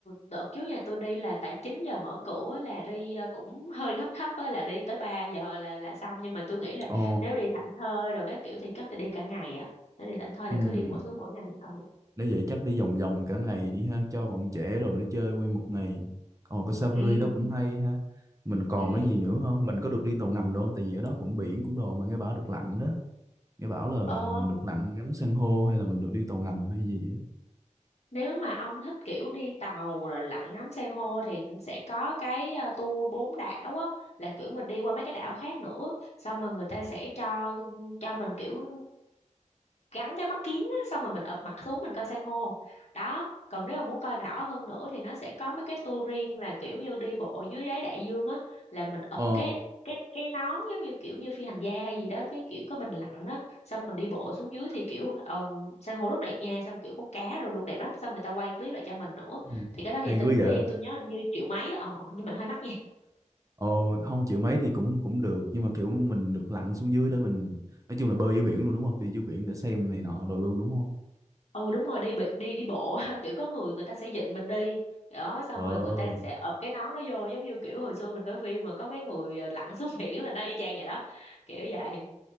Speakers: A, on the left; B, on the right.
A: đợt trước nhà tôi đi là tại chín giờ mở cửa á, là đi ờ, cũng hơi gấp gấp á là đi tới 3 giờ là là xong nhưng mà tôi nghĩ là
B: Ồ
A: nếu đi thảnh thơi rồi cái kiểu thì chắc thì đi cả ngày á nếu đi thảnh thơi
B: ừm,
A: thì cứ đi mỗi thứ mỗi ngày ừ
B: Nếu vậy chắc đi vòng vòng cả ngày đi ha cho bọn trẻ rồi nó chơi nguyên một ngày. Ồ cái safari
A: ừ
B: đó cũng hay ha. Mình còn
A: ừ
B: cái gì
A: ừ
B: nữa không? Mình có được đi tàu ngầm đâu không? Tại vì ở đó cũng biển cũng đồ mà nghe bảo được lặn đó. Nghe bảo là
A: ờ,
B: được lặn ngắm san hô hay là mình được đi tàu ngầm hay gì á.
A: nếu mà ông thích kiểu đi tàu rồi lặn ngắm san hô thì sẽ có cái ờ, tour bốn đảo á là kiểu mình đi qua mấy cái đảo khác nữa xong rồi người ta sẽ cho cho mình kiểu gắn cái mắt kiếng á xong rồi mình ụp mặt xuống mình coi san hô đó còn nếu mà muốn coi rõ hơn nữa thì nó sẽ có mấy cái tour riêng là kiểu như đi bộ dưới đáy đại dương á là mình ụp
B: Ờ
A: cái cái cái nón giống như kiểu như phi hành gia hay gì đó cái kiểu có bình lặng đó xong mình đi bộ xuống dưới thì kiểu um, san hô rất đẹp nha xong kiểu có cá đồ luôn đẹp lắm xong người ta quay clip lại cho mình nữa
B: gì?
A: thì cái đó thì
B: hay
A: tính
B: quá vậy
A: riêng tôi nhớ hình như triệu mấy ờ nhưng mình hơi mắc nha.
B: ồ không chịu mấy thì cũng cũng được nhưng mà kiểu mình được lặn xuống dưới đó mình nói chung là bơi dưới biển luôn đúng không đi dưới biển để xem này nọ đồ luôn đúng không
A: ừ đúng rồi đi bị- đi đi bộ <laughs> kiểu có người người ta sẽ dịnh mình đi đó xong
B: ờ
A: rồi người ta sẽ ập cái nón nó vô giống như kiểu hồi xưa mình coi phim mà có mấy người ờ, lặn xuống <laughs> biển là nó y chang vậy đó kiểu vậy